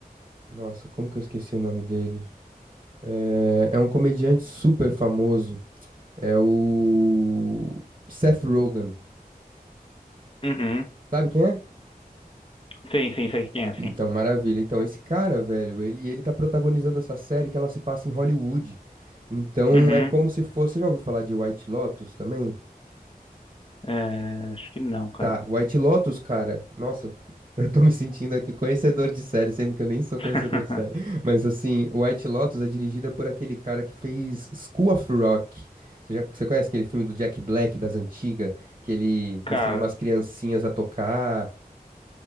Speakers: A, on the right (about 35°); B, on the left (about 35°).
A: Nossa, como que eu esqueci o nome dele? É, é um comediante super famoso. É o. Seth Rogen.
B: Uhum.
A: Sabe quem é?
B: Sim, sim, sei quem é, sim.
A: Então, maravilha. Então, esse cara, velho, ele, ele tá protagonizando essa série que ela se passa em Hollywood. Então,
B: Uhum.
A: é como se fosse. Você já ouviu falar de White Lotus também?
B: É, acho que não, cara.
A: Tá, White Lotus, cara. Nossa, <laughs> eu tô me sentindo aqui conhecedor de série, sendo que eu nem sou conhecedor
B: <laughs>
A: de série. Mas assim, White Lotus é dirigida por aquele cara que fez School of Rock. Você já, você conhece aquele filme do Jack Black das antigas, que ele
B: Cara,
A: ensina umas criancinhas a tocar?